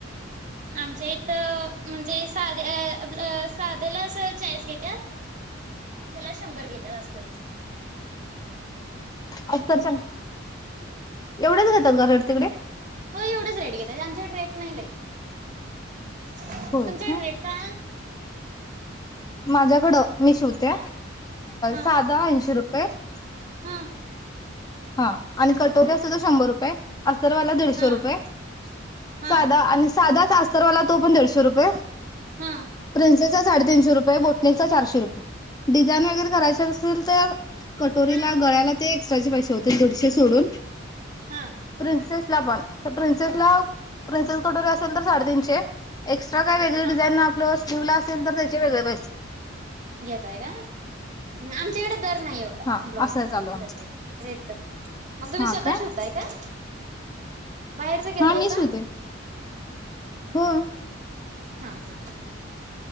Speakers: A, on the right; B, on the left.
A: आमच्या इथं म्हणजे साध्या साध्याला अस चाळीस घेतत. हला शंभर घेत जास्त <inaudible>
B: अर च एवढेच घेतात घर तिकडे
A: एवढच रेट घेत आमच्याकडे रेट नाही. तुमच्याकडे
B: होय काय?
A: भेट का.
B: माझ्याकडं मी शिवते
A: हा
B: साधा ऐंशी रुपये. <inaudible>
A: हा.
B: हा आणि कटोरी असत तो शंभर रुपये. अस्तरवाला दीडशे
A: हा
B: रुपये
A: हा
B: साधा आणि साधाच अस्तरवाला तो पण दीडशे रुपये.
A: हा
B: प्रिन्सेस साडेतीीनशे रुपये बोटिंगचा चारे रुपये डिझाईन वगरे करायचे असेल तर कटोरीला
A: हा
B: गळ्याला ते एक्स्ट्राचे पैसे होते. दिडशे सोडून
A: हा
B: प्रिन्सेस ला पण प्रिंसेस ला प्रिंसेस कटोरी असेल तर साडेतीीनशे. काय वेग
A: हा
B: डिझाईन आप निव लास यंत ते पैसे.
A: घेतय का आमच्या इकडे र नाही एवढा
B: हा
A: ब्लाजर
B: असं चालू आमचं
A: रेड रेड. <inaudible> मग तुम्ही
B: हा
A: स्वतः
B: काय
A: शेवताय का? बाहेरच घेतायस.
B: हा मी शिवते हो.
A: हा हा.